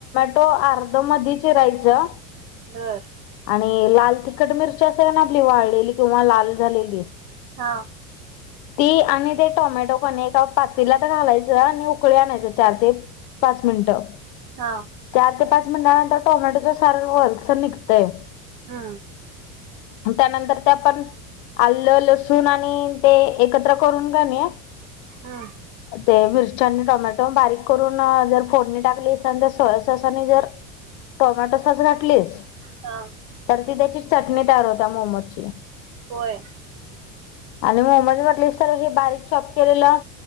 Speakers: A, on the left (about 70°); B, on the right (about 65°).
A: तो अर्ध मधी चिरायचा.
B: बर.
A: आणि लाल तिखट मिरची असेल ना आपली वाळलेली किंवा लाल झालेली.
B: हा.
A: ती आणि ते टोमॅटो पण एका पातळीला तर घालायचं आणि उकळी आणायचं चार ते. पाच मिनिटं.
B: हा.
A: चार ते पाच मिनटनंतर टोमॅटोचं साल वरच निघतंय.
B: हम्म.
A: त्यानंतर ते आपण आलं, लसूण आणि ते एकत्र करून घालणे.
B: हम्म
A: ते मिरची. टोमॅटो बारीक करून. जर फोडणी टाकलीस आणि सोया सॉस आणि जर टोमॅटो सॉस घातलीस.
B: हा
A: तर ती त्याची. चटणी तयार होता मोमोची.
B: होय.
A: आणि मोमज म्हटली सर बारीक चॉप केलेलं,